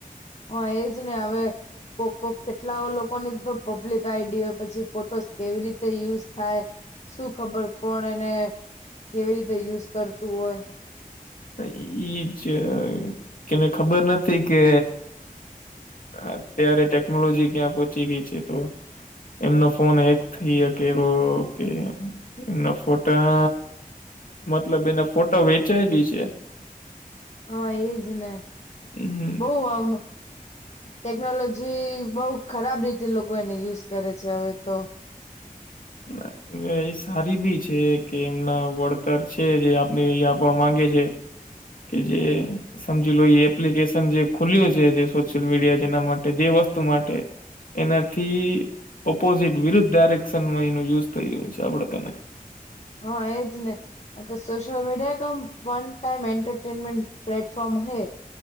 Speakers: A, on the left; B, on the left.
A: હ એજ ને હવે કો કો કેટલા લોકોને તો પબ્લિક આઈડી હોય પછી ફોટોસ કેવી રીતે યુઝ થાય શું ખબર કોણ એને કેવી રીતે યુઝ કરતું હોય
B: ઇજ છે કેને ખબર નથી કે અત્યારે ટેકનોલોજી ક્યાં પહોંચી ગઈ છે તો એમનો ફોન હેક થઈ શકે કે નો થાય શકે એના ફોટા મતલબ એનો ફોટા વેચાય બી છે. <inaudible>
A: હા એજ ને
B: હમ
A: બોવ આમ ટેકનોલોજી બઉ ખરાબ રીતે લોકો એને યુઝ કરે છે હવે તો
B: એટલે એ સારી બી છે કે એમના વળતર છે જે આપને એ આપવા માંગે છે. કે જે સમજી લો એ એપ્લિકેશન જે ખુલ્યું છે જે સોશિયલ મીડિયા જેના માટે જે વસ્તુ માટે એનાથી ઓપોઝિટ વિરુદ્ધ ડાયરેક્શનમાં એનું યુઝ થઈ રહ્યું છે આપડે તને
A: હા એજ ને નકર social media cum fun time entertainment platform હે